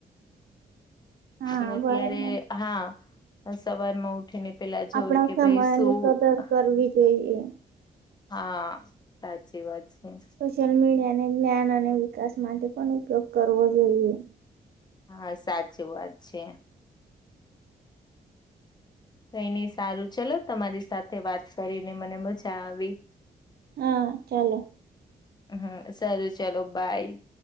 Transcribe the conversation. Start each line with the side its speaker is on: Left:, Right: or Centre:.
Right: <inaudible>
Left: છે અત્યારે
Right: બરાબર
Left: હા. સવારમાં ઉઠી ને પેલા જોય
Right: આપણા
Left: કે
Right: સમયની
Left: ભાઈ શું.
Right: કદર કરવી જોઈએ
Left: હા સાચી વાત છે.
Right: સોશિયલ મીડિયાને જ્ઞાન અને વિકાસ માટે પણ ઉપયોગ કરવો જોઈએ.
Left: હા સાચી વાત છે. કઈ નઈ સારું ચલો તમારી સાથે વાત કરીને મને મજા આવી.
Right: હા ચાલો.
Left: હ સર ચલો બાય.